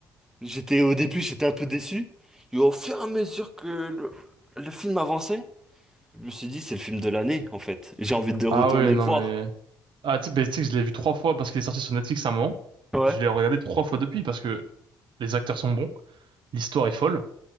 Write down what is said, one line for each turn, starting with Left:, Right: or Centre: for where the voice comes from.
Centre: j'étais au début, j'étais un peu déçu. Et au fur et à mesure que le, le film avançait, je me suis dit, c'est le film de l'année, en fait. J'ai envie de retourner
Right: Ah ouais, non
Centre: le voir.
Right: mais... Ah, tu ben, tu sais, que je l'ai vu trois fois parce qu'il est sorti sur Netflix à un moment.
Centre: Ouais.
Right: Je l'ai regardé trois fois depuis parce que les acteurs sont bons, l'histoire est folle,